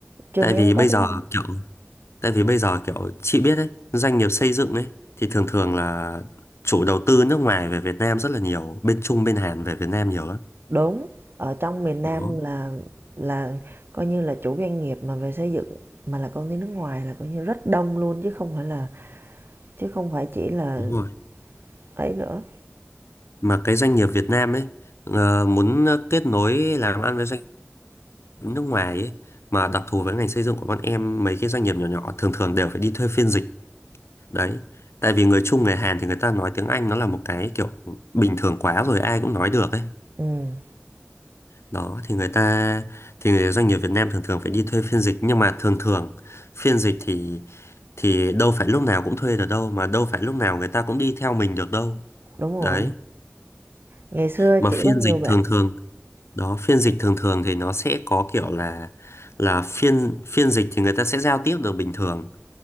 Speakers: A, on the right; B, on the left.
A: trường
B: Tại
A: em
B: vì bây
A: có tiếng
B: giờ
A: Anh.
B: kiểu tại vì bây giờ kiểu chị biết đấy, doanh nghiệp xây dựng ấy thì thường thường là chủ đầu tư nước ngoài về Việt Nam rất là nhiều, bên Trung bên Hàn về Việt Nam nhiều lắm.
A: Đúng, ở trong miền Nam
B: Đó,
A: là là coi như là chủ doanh nghiệp mà về xây dựng mà là công ty nước ngoài là coi như rất đông luôn chứ không phải là chứ không phải chỉ là
B: đúng rồi.
A: ấy nữa.
B: Mà cái doanh nghiệp Việt Nam ấy ờ, muốn kết nối làm ăn với doanh nghiệp nước ngoài ấy mà đặc thù với ngành xây dựng của bọn em mấy cái doanh nghiệp nhỏ nhỏ thường thường đều phải đi thuê phiên dịch đấy tại vì người Trung người Hàn thì người ta nói tiếng Anh nó là một cái kiểu bình thường quá rồi ai cũng nói được ấy
A: Ừm,
B: đó thì người ta thì người doanh nghiệp Việt Nam thường thường phải đi thuê phiên dịch nhưng mà thường thường phiên dịch thì thì đâu phải lúc nào cũng thuê được đâu mà đâu phải lúc nào người ta cũng đi theo mình được đâu
A: đúng rồi.
B: đấy
A: Ngày xưa
B: mà
A: chị
B: phiên
A: có nhiều
B: dịch
A: bạn
B: thường thường đó phiên dịch thường thường thì nó sẽ có kiểu là là phiên phiên dịch thì người ta sẽ giao tiếp được bình thường